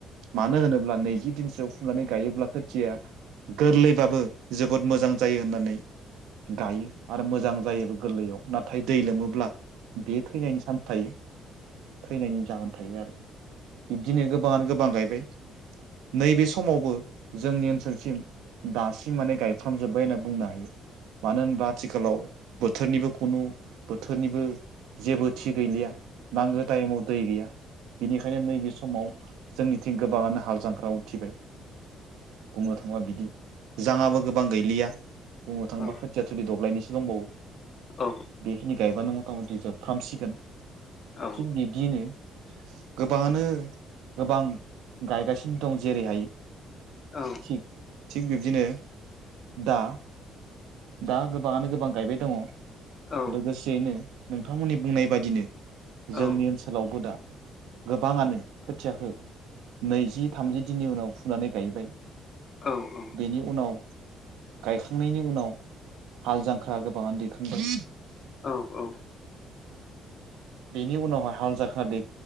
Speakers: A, on the right (about 80°); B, on the left (about 45°).
A: मानो होनोब्ला नैजि दिनसो फुनानै गायोब्ला खोथिया गोरलैबाबो जोबोद मोजां जायो होननानै गायो आरो मोजां जायोबो गोरलैयाव नाथाय दै लोमोब्ला बे थैनायनि सान्स थायो। थैनायनि जाहोन थायो आरो बिब्दिनो गोबाङानो गोबां गायबाय नैबे समावबो जोंनि ओनसोलसिम दासिम माने गायफ्रामजोब्बाय होनना बुंनो हायो। मानो होनबा आथिखालाव बोथोरनिबो खुनु बोथोरनिबो जेबो थि गैलिया नांगो टाइमाव दै गैया बिनिखायनो नैबे समाव जोंनिथिं गोबाङानो हाल जांग्रा उथिबाय बुंनो थाङोबा बिदि जाहाबो गोबां गैलिया बुंनो थाङोबा
B: औ
A: खोथिया थिलि दब्लायनैसो दंबावो।
B: औ
A: खिनि गायबानो मथा मथि जोबफ्रामसिगोन
B: औ
A: थिग बिब्दिनो गोबाङानो गोबां गायगासिनो दं जेरैहायो
B: औ
A: थिग थिग बिब्दिनो दा दा गोबाङानो गोबां गायबाय दङ
B: औ
A: लोगोसेयैनो नोंथांमोननि बुंनाय बादिनो
B: औ
A: जोंनि ओनसोलावबो दा गोबाङानो खोथियाखौ नैजि थामजि दिननि उनाव फुनानै गायबाय
B: औ औ
A: बेनि उनाव गायखांनायनि उनाव हाल जांख्रा गोबाङानो दैखांबाय
B: औ औ
A: बेनि उनावहाय हाल जांख्रा दै